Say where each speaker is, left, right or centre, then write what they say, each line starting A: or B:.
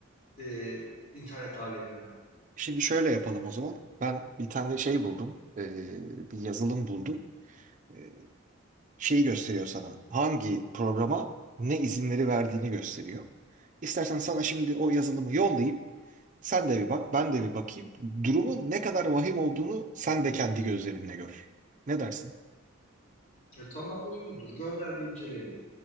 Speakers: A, on the left; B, on the right.
A: e, internet aleminden.
B: şimdi şöyle yapalım o zaman. Ben bir tane şey buldum. Ee, bir yazılım buldum. Ee, şeyi gösteriyor sana. Hangi programa ne izinleri verdiğini gösteriyor. İstersen sana şimdi o yazılımı yollayayım. Sen de bir bak, ben de bir bakayım. Durumun ne kadar vahim olduğunu sen de kendi gözlerinle gör. Ne dersin?
A: E, tamam uygundur. Gönder bir inceleyelim.